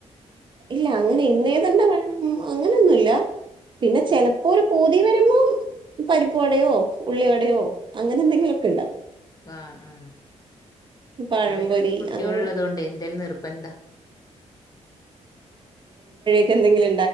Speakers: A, on the right (about 40°); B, on the left (about 30°).
A: ഇല്ല അങ്ങനെ ഇന്നേതന്നെ വേണം അങ്ങനെയൊന്നുമില്ല. പിന്നെ ചെലപ്പോ
B: ഉം
A: ഒരു പൂ തി വരുമ്പോം പരിപ്പ് വടയോ ഉള്ളി വടയോ അങ്ങനെ എന്തെങ്കിലുമൊക്കെ ഉണ്ടാക്കും.
B: ആ ആ
A: പഴംപൊരി
B: ഇവിടൊക്കെ പിന്നെ കുട്ടികൾ
A: അങ്ങനെ
B: ഉള്ളത് കൊണ്ട് എന്തോലും നിർബന്ധാ.
A: ക്ക്‌ എന്തെങ്കിലി